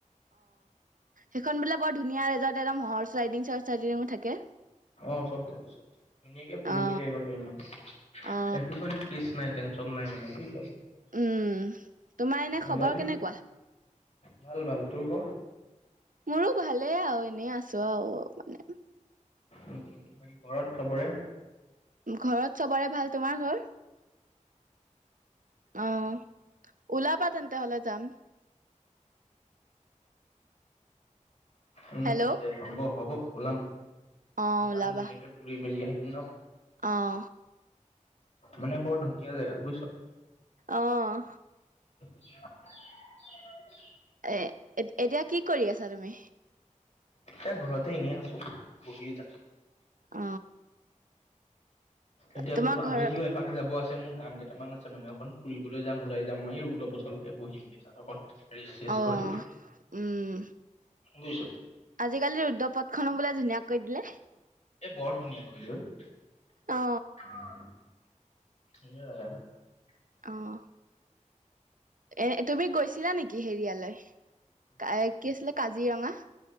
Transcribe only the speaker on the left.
অ চব থাকে চব থে ধুনীয়াকে ফুৰি
মেলি আহব পাৰিম
একো মানে কেচ নাই ত নাই মানে বুজছ
ওলাবি
ভাল ভাল তোৰ ক
উম বাকী ঘৰত চবৰে
উম
উম দে হ'ব হ'ব পলম
যাম
দুনীয়া কে পুৰি মিল যায় আ ন
মানে বৰ ধুনীয়া জেগা বুজিছ
<unintelligible>
এতিয়া ঘৰতে এনেই আছো বহিয়ে যা
এতিয়া
বোলো আবেলিও
এপাক যাব আছে মোক কাম কেইটামান আছে মানে অকণ ফুৰিবলৈ যাম ওলাই যাম মম এই ৰুদদ্ধ বছৰলৈকে বহিমগেই তাত অকণ ৰিচ
কৰি
বুজিছ
বৰ ধুনীয়া কলোঐ অহ
সয়